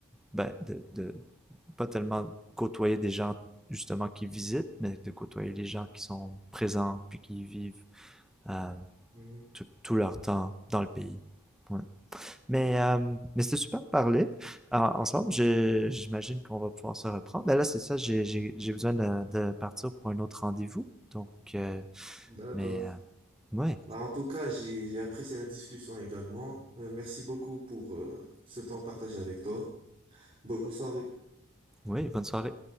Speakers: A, in the centre; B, on the right.
A: ben, de, de pas tellement côtoyer des gens justement qui visitent, mais de côtoyer les gens qui sont présents puis qui vivent euh,
B: mhm.
A: tout, tout leur temps dans le pays. Ouais. Mais, euh, mais c'était super de parler euh, ensemble. J'imagine qu'on va pouvoir se reprendre. Ben là, c'est ça, j'ai j'ai- j'ai besoin de, de partir pour un autre rendez-vous. Donc, euh,
B: D'accord.
A: mais euh, ouais,
B: Bah, en tout cas, j'ai j'ai apprécié la discussion également. Euh, merci beaucoup pour euh, ce temps partagé avec toi. Bonne soirée.
A: ouais, bonne soirée.